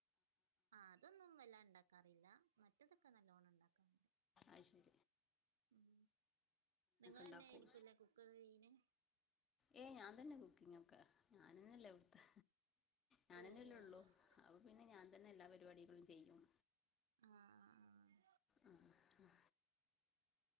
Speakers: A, on the right (about 60°); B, on the left (about 25°).
A: ആഹ് അതൊന്നും വല്ലാണ്ടാക്കാറില്ല മ റ്റതൊക്കെ നല്ലോണം ണ്ടാക്കാറ്
B: അയ്ശരി
A: ഉം നിങ്ങളെന്നായിരിക്കുലെ
B: ഉണ്ടാക്കും
A: കുക്കൊക്കെയ്യ് ണേ?
B: ഏയ് ഞാൻ തന്നെ കുക്കിങ്ങോക്കെ ഞാനന്നെല്ലവ്ട്ത്തെ ഞാനന്നെല്ലേള്ളു.
A: ഓ ഓ ആഹ്
B: അപ്പ പിന്നെ ഞാൻ തന്നെ എല്ലാ പരിപാടികളും ചെയ്യും.
A: ആഹ്
B: ആഹ് ആഹ്